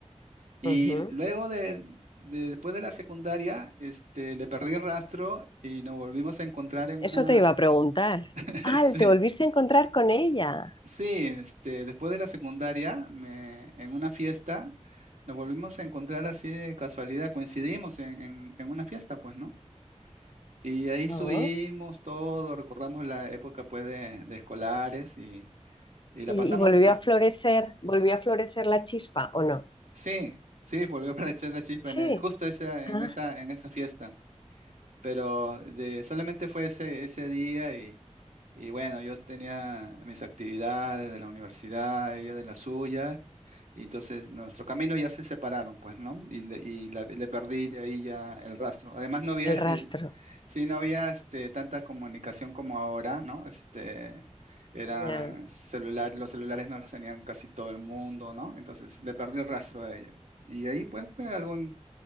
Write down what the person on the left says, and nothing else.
Ujú.
Eso
te iba a preguntar.
Ah,
te volviste a encontrar con ella.
Ah,
¿Y,
y volvió
a florecer, volvió a florecer la chispa o no?
Sí,
ah,
el
rastro,
ya.